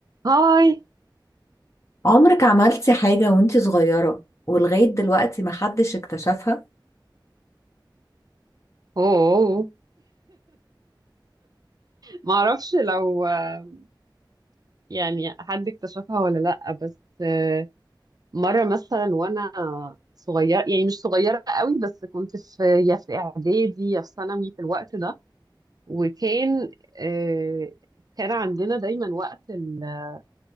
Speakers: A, on the right (about 50°); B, on the left (about 35°).
A: هاي
B: عمرك عملتي حاجة وانتي صغيرة ولغاية دلوقتي محدش اكتشفها
A: اوه ما اعرفش لو آه، يعني حد اكتشفها ولا لا بس آه، مرة مثلا وانا صغيرة يعني مش صغيرة قوي بس كنت في يا في اعدادي يا في ثانوي في الوقت ده وكان آه، كان عندنا دايما وقت ال-